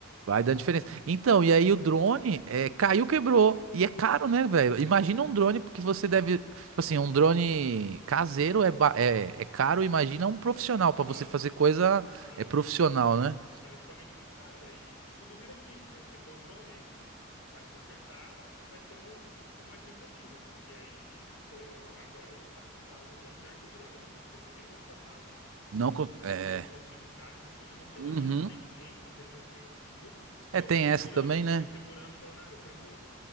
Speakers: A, on the right; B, on the left.
A: Vai dando diferença. Então, e aí o drone é, caiu, quebrou. E é caro, né, velho? Imagina
B: É.
A: um drone, porque você deve. Tipo assim, um drone caseiro é, ba- é, é caro, imagina um profissional, pra você
B: Aham.
A: fazer coisa
B: Não, é
A: é profissional,
B: um
A: né?
B: é um equipamento muito caro. Aí que- tudo vira dívida, né? Você quebrou o drone, aí vai consertar, vai ter um- uma dívida ali. E aí, por exemplo, agora a gente tá, tá no conserto do drone, eu não consertei desde o ano passado,
A: Não. co- É.
B: por fluxo de caixa, assim, e não tinha
A: Uhum.
B: demanda também de cliente, não teve nenhum cliente que pediu, então
A: É,
B: eu
A: tem
B: fui segurando,
A: essa também,
B: eu
A: né?
B: fui segurando, falando, ah, depois eu,